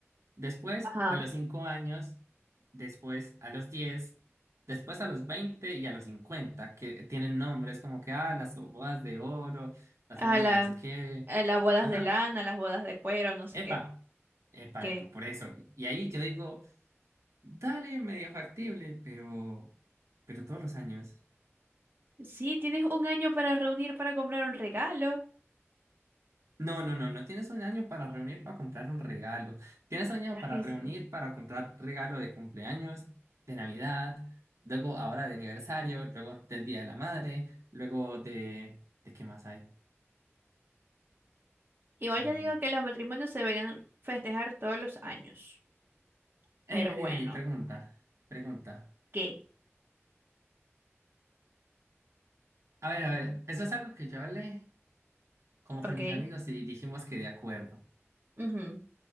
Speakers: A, on the right; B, on the right.
A: Después,
B: Ajá.
A: a los 5 años, después a los diez después a los 20 y a los cincuenta que tienen nombres como que, ah, las bodas de oro, las
B: A
A: bodas
B: la,
A: de no sé qué.
B: a las bodas
A: Ajá,
B: de lana, las bodas de cuero, no sé
A: epa,
B: qué.
A: epa,
B: ¿Qué?
A: epa, por eso. Y ahí yo digo, dale, medio factible, pero, pero todos los años.
B: Sí, tienes un año para reunir para comprar un regalo.
A: No, no, no, no tienes un año para reunir para comprar un regalo. Tienes un año
B: Claro
A: para
B: que
A: reunir
B: sí.
A: para comprar regalo de cumpleaños, de Navidad, luego ahora de aniversario, luego del Día de la Madre, luego de... ¿De qué más hay?
B: Igual
A: Eh,
B: yo digo que los matrimonios se deberían festejar todos los años.
A: eh,
B: Pero
A: vení,
B: bueno,
A: vení, pregunta, pregunta.
B: ¿qué?
A: A ver, a ver, eso es algo que yo hablé como con
B: Ok.
A: mis amigos y dijimos que de acuerdo.
B: ujú.